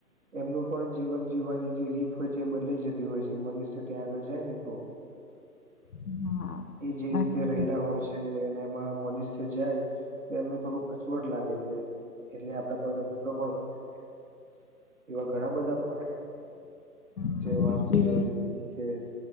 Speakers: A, on the right; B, on the left.
A: એમનું પણ જીવન જીવવાની જે રીત હોય છે એ બદલાઈ જતી હોય છે મનુષ્ય ત્યાં આગળ જાય ને તો
B: હા
A: એ જે રીતે
B: અને
A: રહેલા હોય છે અને એમાં મનુષ્ય જાય તો એમને થોડુંક અચવટ લાગે છે એટલે આપડા પ હુમલો પણ કરે છે. એવા ઘણા બધા.
B: અને
A: વાત
B: જે
A: છે સ છે